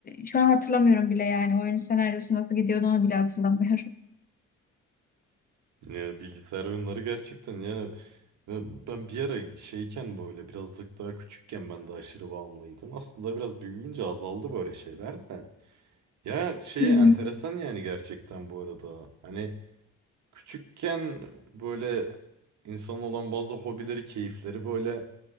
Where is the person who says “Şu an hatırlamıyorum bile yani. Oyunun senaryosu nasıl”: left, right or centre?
Left